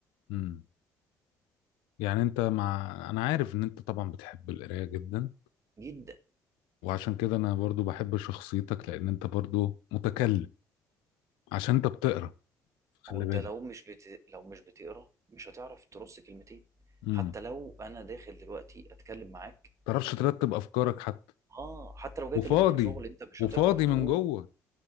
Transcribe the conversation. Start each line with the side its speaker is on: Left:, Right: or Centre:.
Left: امم يعني انت مع انا عارف ان انت طبعا بتحب القراية جدا
Right: جدا
Left: وعشان كده انا برضو بحب شخصيتك لان انت برضو متكلم عشان انت بتقرا خلي
Right: ما هو انت
Left: بالك
Right: لو مش بت... لو مش بتقرا مش هتعرف ترص كلمتين
Left: امم
Right: حتى لو انا داخل دلوقتي اتكلم معاك
Left: تعرفش ترتب افكارك حتى
Right: اه حتى لو جاي
Left: وفاضي
Right: اكلمك في شغل انت مش
Left: وفاضي
Right: هتعرف تقوم
Left: من جوه